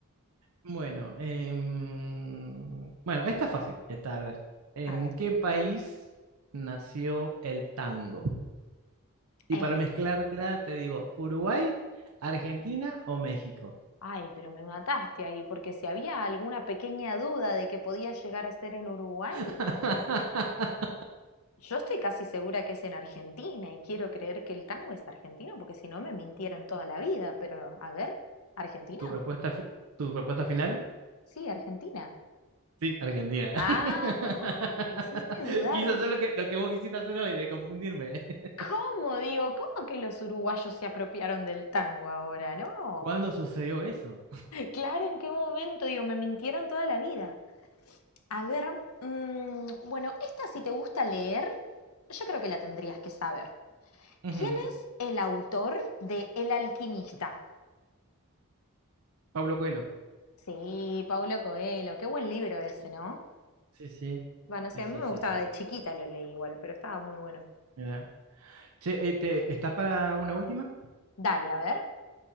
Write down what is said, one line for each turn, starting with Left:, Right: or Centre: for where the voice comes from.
Right: Bueno, em, bueno, esta es fácil. Esta, a ver, ¿en
Left: A ver.
Right: qué país nació el tango? Y
Left: Eh,
Right: para mezclarla te digo, ¿Uruguay, Argentina o México?
Left: Ay, pero me mataste ahí, porque si había alguna pequeña duda de que podía llegar a ser en Uruguay,
Right: <laughs>
Left: yo estoy casi segura que es en Argentina y quiero creer que el tango es argentino, porque si no me mintieron toda la vida, pero a ver, ¿Argentina?
Right: ¿Tu respuesta, fi- tu respuesta final?
Left: Sí, Argentina.
Right: Sí, Argentina. <laughs>
Left: Ah, me hiciste dudar,
Right: Quise
Left: dije,
Right: hacer lo que, lo que vos quisiste hacer hoy, de confundirme. <laughs>
Left: ¿cómo digo? ¿Cómo que los uruguayos se apropiaron del tango ahora? No,
Right: ¿Cuándo sucedió eso?
Left: claro, ¿en qué momento? Digo, me mintieron toda la vida. A ver, mm, bueno, esta si te gusta leer, yo creo que la tendrías que saber.
Right: Ujú,
Left: ¿Quién es el autor de El alquimista?
Right: Pablo Coelho.
Left: Sí, Paulo Coelho, qué buen libro ese, ¿no?
Right: Sí, sí.
Left: Bueno, sí,
Right: Sí,
Left: a
Right: sí,
Left: mí me
Right: sí,
Left: gustaba
Right: sí.
Left: de chiquita, lo leí igual, pero estaba muy bueno.
Right: Mirá. Che, eh, te- ¿estás para una última?
Left: Dale, a ver.